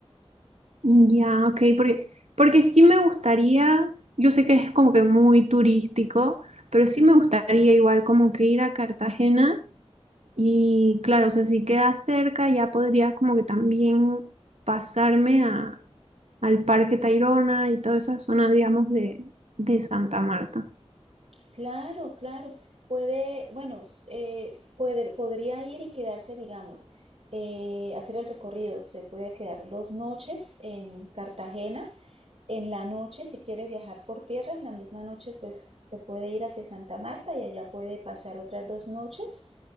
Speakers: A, on the right (about 85°); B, on the right (about 65°).
A: ya, ok, porque, porque sí me gustaría, yo sé que es como que muy turístico, pero sí me gustaría igual como que ir a Cartagena y claro, o sea, si queda cerca ya podría como que también pasarme a, al Parque Tayrona y toda esa zona, digamos, de, de Santa Marta.
B: Claro, claro. Puede, bueno, eh, puede, podría ir y quedarse, digamos, eh, hacer el recorrido. Se puede quedar dos noches en Cartagena. En la noche, si quiere viajar por tierra, en la misma noche, pues se puede ir hacia Santa Marta y allá puede pasar otras dos noches.